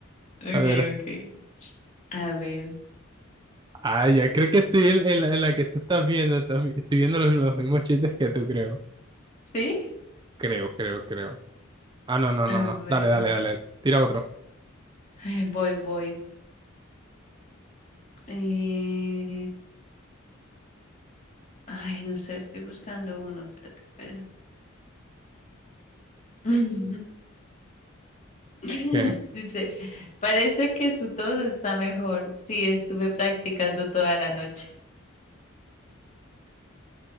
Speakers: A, on the left; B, on the right.
A: Okay,
B: A ver.
A: okay. A ver,
B: Ah, ya creo que estoy en, en la, en la que tú estás viendo. estás vi- estoy viendo los, los mismos chistes que tú, creo.
A: ¿Sí?
B: Creo, creo, creo. Ah, no, no,
A: a
B: no, no.
A: ver.
B: Dale, dale, dale. Tira otro.
A: Ay, Voy, voy. Eh, Ay, no sé, estoy buscando uno. Espérate, espera. <laughs> <laughs>
B: ¿Qué?
A: Dice, parece que su tos está mejor. Sí, estuve practicando toda la noche.